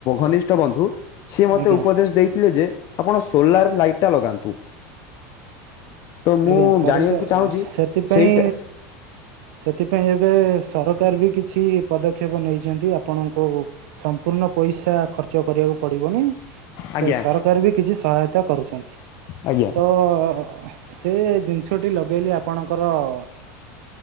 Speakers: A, on the left (about 45°); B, on the right (about 70°).
A: ଘନିଷ୍ଠ ବନ୍ଧୁ ସିଏ ମତେ
B: ଆଜ୍ଞା
A: ଉପଦେଶ ଦେଇଥିଲେ ଯେ ଆପଣ ସୋଲାର ଲାଇଟ ଟା ଲଗାନ୍ତୁ। ତ ମୁଁ
B: ଆଜ୍ଞା ସରଙ୍କ
A: ଜାଣିଆ କୁ ଚାହୁଁଚି,
B: ସେଥିପାଇଁ
A: ସେଇଟା
B: ସେଥିପାଇଁ ଏବେ ସରକାର ବି କିଛି ପଦକ୍ଷେପ ନେଇଛନ୍ତି ଆ ଆପଣଙ୍କୁ ସମ୍ପୂର୍ଣ୍ଣ ପଇସା ଖର୍ଚ୍ଚ କରିଆ କୁ ପଡିବନି। ଶୁ
A: ଆଜ୍ଞା
B: ସରକାର ବି କିଛି ସହାୟତା କରୁଛନ୍ତି।
A: ଆଜ୍ଞା
B: ତ ଅ ସେ ଜିନିଷଟି ଲଗେଇଲି ଆପଣଙ୍କର ଅ